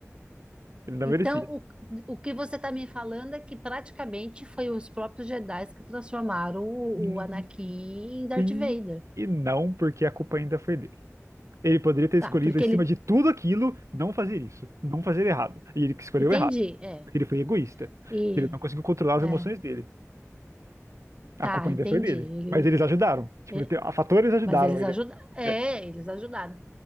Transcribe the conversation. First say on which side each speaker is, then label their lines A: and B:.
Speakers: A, on the right; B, on the right.
A: Ele não
B: Então,
A: merecia.
B: o, o que você tá me falando é que praticamente foi os próprios Jedi que transformaram o,
A: Hum,
B: o Anakin em Darth
A: Sim
B: Vader.
A: e não, porque a culpa ainda foi dele. Ele poderia ter escolhido,
B: Tá, porque
A: acima
B: ele.
A: de tudo aquilo, não fazer isso, não fazer errado. E ele que escolheu
B: Entendi,
A: errado,
B: é.
A: porque ele foi egoísta,
B: E.
A: porque ele não conseguiu controlar as
B: é.
A: emoções dele.
B: Tá,
A: A culpa ainda
B: entendi.
A: foi dele,
B: Ele,
A: mas eles ajudaram. Tipo,
B: é,
A: te- a fatores ajudaram
B: mas eles
A: ele.
B: ajudaram. É,
A: É,
B: eles ajudaram.